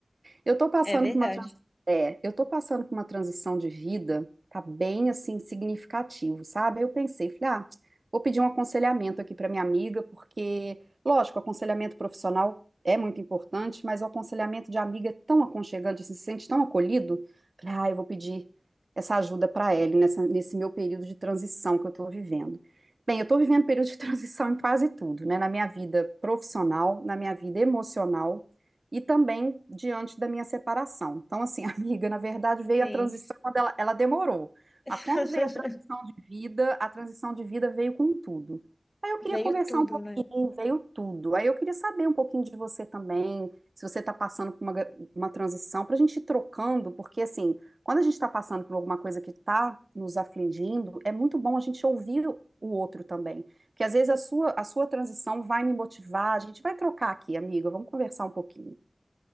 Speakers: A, on the right; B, on the left.
A: Eu tô passando
B: É verdade.
A: por uma trans... é, eu tô passando por uma transição de vida, tá bem assim significativo, sabe? Aí eu pensei, falei, ah, vou pedir um aconselhamento aqui para minha amiga, porque, lógico, aconselhamento profissional é muito importante, mas o aconselhamento de amiga é tão aconchegante, assim, se sente tão acolhido. Falei, ah, eu vou pedir essa ajuda para ela nessa, nesse meu período de transição que eu tô vivendo. Bem, eu estou vivendo período de <laughs> transição em quase tudo, né? Na minha vida profissional, na minha vida emocional e também diante da minha separação. Então, assim, <laughs> amiga, na verdade veio
B: Sim.
A: a transição, quando ela, ela demorou.
B: <laughs>
A: Mas quando veio a transição de vida, a transição de vida veio com tudo. Aí eu queria
B: Veio
A: conversar
B: tudo,
A: um pouquinho,
B: né?
A: veio tudo. Aí eu queria saber um pouquinho de você também, se você está passando por uma, gra- uma transição, para a gente ir trocando, porque assim, quando a gente está passando por alguma coisa que está nos afligindo, é muito bom a gente ouvir o o outro também. Porque às vezes a sua, a sua transição vai me motivar, a gente vai trocar aqui, amiga, vamos conversar um pouquinho.